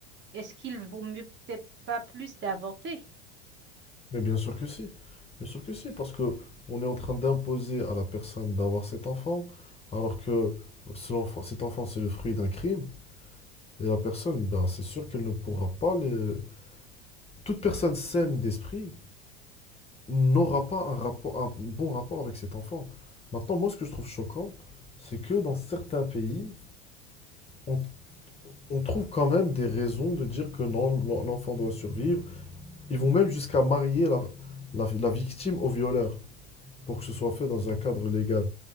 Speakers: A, on the right; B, on the left.
A: Est-ce qu'il vaut mieux peut-être pas plus d'avorter?
B: Mais bien sûr que si. Bien sûr que si, parce que on est en train d'imposer à la personne d'avoir cet enfant, alors que ce enfant- cet enfant, c'est le fruit d'un crime, et la personne, ben, c'est sûr qu'elle ne pourra pas le... Toute personne saine d'esprit n'aura pas un rapport, un bon rapport avec cet enfant. Maintenant, moi, ce que je trouve choquant, c'est que dans certains pays, on, on trouve quand même des raisons de dire que non, l'en- l'enfant doit survivre. Ils vont même jusqu'à marier la, la la victime au violeur. pour que ce soit fait dans un cadre légal.